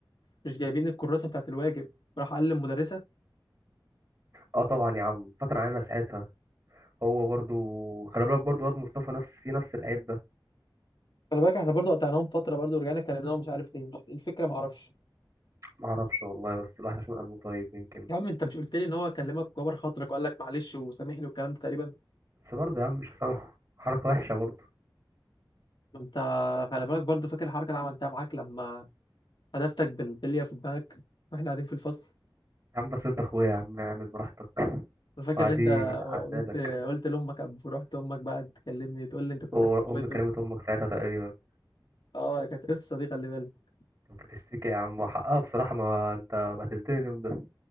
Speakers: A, on the left; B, on the right.
A: مش جايبين الكراسه بتاعت الواجب راح قال للمدرسه
B: اه طبعا يا عم فتره علينا ساعتها هو برضو خلي بالك برضو واد مصطفى نفس في نفس العيب ده
A: خلي بالك احنا برضه قطعناهم فتره برضه ورجعنا كلمناهم مش عارف ليه مش إيه الفكره ما اعرفش
B: معرفش والله بس الواحد عشان قلبه طيب يمكن
A: يا عم انت مش قلت لي ان هو كلمك وكبر خاطرك وقال لك معلش وسامحني والكلام ده تقريبا
B: بس برضه يا عم مش هسامحه حركه وحشه برضه
A: انت خلي بالك برضه فاكر الحركه اللي عملتها معاك لما هدفتك بالبليه في دماغك واحنا قاعدين في الفصل
B: يا عم بس انت اخويا يا عم اعمل براحتك
A: انا فاكر
B: وعادي
A: ان انت
B: عدالك
A: قلت قلت لامك قبل ورحت امك بقى تكلمني تقول لي انت كنت
B: وأمي
A: هتموته
B: كلمت أمك ساعتها تقريبا
A: اه كانت قصه دي خلي بالك
B: كانت بتشتكي يا عم وحقها بصراحة ما أنت بهدلتني اليوم ده